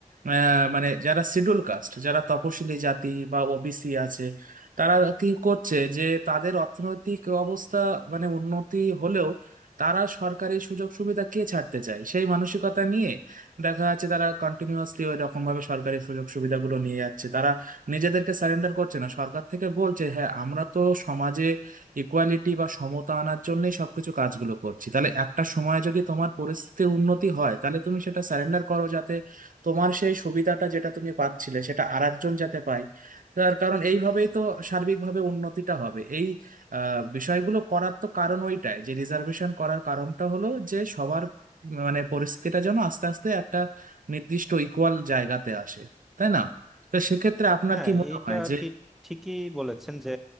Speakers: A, on the right; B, in the centre.
A: আহ, মানে যারা শিডিউল কাস্ট যারা তপশিলি জাতি বা ওবিসি আছে তারা কি করছে যে তাদের অর্থনৈতিক অবস্থা মানে উন্নতি হলেও তারা সরকারি সুযোগ সুবিধা কে ছাড়তে চায় সেই মানসিকতা নিয়ে দেখা যাচ্ছে তারা কন্টিনিউয়াসলি ওই রকম ভাবে সরকারি সুযোগ সুবিধাগুলো নিয়ে যাচ্ছে তারা নিজেদেরকে সারেন্ডার করছে না সরকার থেকে বলছে হ্যাঁ আমরা তো সমাজে ইকুয়ালিটি বা সমতা আনার জন্যই সবকিছু কাজগুলো করছি তাহলে একটা সময় যদি তোমার পরিস্থিতির উন্নতি হয় তাহলে তুমি সেটা সারেন্ডার করো যাতে তোমার সেই সুবিধাটা যেটা তুমি পাচ্ছিলে সেটা আরেকজন যাতে পায় তার কারণ এইভাবেই তো সার্বিকভাবে উন্নতিটা হবে এই আহ, বিষয়গুলো করার তো কারণ ওইটাই যে রিজার্ভেশন করার কারণটা হলো যে সবার মানে পরিস্থিতিটা যেন আস্তে আস্তে একটা নির্দিষ্ট ইকুয়াল জায়গাতে আসে তাই না তো সেক্ষেত্রে আপনার
B: হ্যাঁ
A: কি মনে
B: এইটা
A: হয়
B: আর
A: যে
B: কি ঠিকই বলেছেন যে